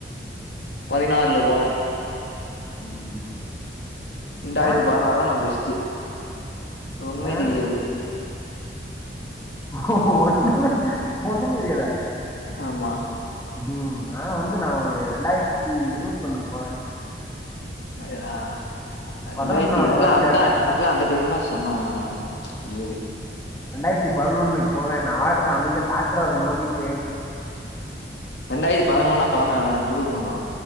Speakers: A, on the left (about 80°); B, on the left (about 15°).
A: பதினாறுல போவே
B: ம்
A: இரெண்டாயிரத்தி
B: ஏ
A: பதினாறு நமக்கு பெஸ்ட்டு ஒண்ணுமே
B: ஏ
A: தெரியாது.
B: ஓ ஒன்னுமே ஒன்னுமே தெரியாதா
A: ஆமா
B: ம், நா வந்து நா ஒரு ரெண்டாயிரத்தி இருபத்தொன்னுக்கு போவே
A: அது ஆ
B: பதினொன்னாவது
A: ரெண்டாயிரத்தி எனக்குலா
B: படிச்ச
A: அதுதா
B: இடத்துக்கு
A: க்குலா அந்த டைம்தா செம, முடியாது
B: ரெண்டாயிரத்தி பதினொன்னுக்கு போவே நா பாட்டுக்கு அமைதியா காட்டுறத நோண்டிட்டு
A: ரெண்டாயிரத்தி பதினொன்னா பதினா இருபத்தி ஒன்னா